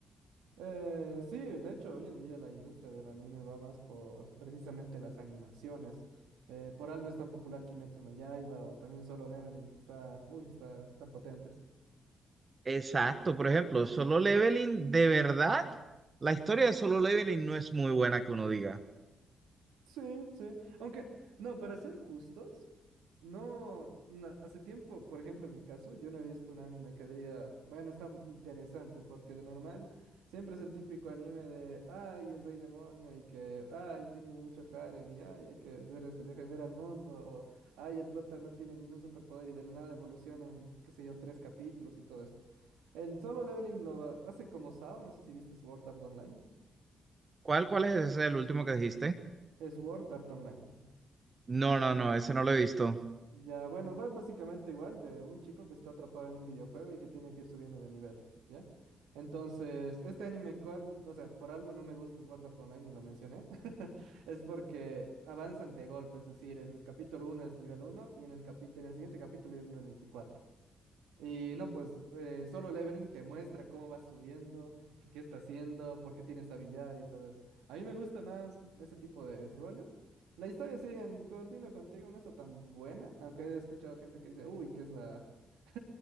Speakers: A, on the right (about 75°); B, on the right (about 35°).
A: Eh, sí, de hecho, hoy en día la industria del anime va más por precisamente las animaciones. Eh, por algo es tan popular Kimetsu no Yaiba o también Solo Leveling, que está, uy, está tan potente.
B: Exacto, por ejemplo, Solo Leveling, de verdad, la historia de Solo Leveling no es muy buena que uno diga.
A: Sí, sí. Aunque, no, para ser justos, no, na- hace tiempo, por ejemplo, en mi caso, yo no he visto un anime que diga, bueno, está interesante, porque de normal siempre es el típico anime de, ay, el rey demonio, y que, ay, tiene mucho harem, y ay, hay que de- defender al mundo, o, ay, el prota no tiene ningún superpoder y de la nada evoluciona en, qué sé yo, tres capítulos y todo esto. El Solo Leveling lo va- hace como Sao, no sé si viste Sword Art Online.
B: ¿Cuál, cuál es ese, el último que dijiste?
A: Sword Art Online.
B: No, no, no, ese no lo he visto.
A: Ya, bueno, va básicamente igual de un chico que está atrapado en un videojuego y que tiene que ir subiendo de nivel, ¿ya? Entonces, este anime, ¿cuál? O sea, por algo no me gusta Sword Art Online y lo mencioné. <laughs> Es porque avanzan de golpe, es decir, en el capítulo uno es nivel uno y en el capi- en el siguiente capítulo ya es nivel 24. Y no, pues eh, solo leveling te muestra cómo vas subiendo, qué, qué está haciendo, por qué tienes habilidad y todo eso. A mí me gusta más ese tipo de rollo. La historia, sí, en Coordino contigo no está tan buena, aunque he escuchado gente que dice, uy, que es la... <laughs>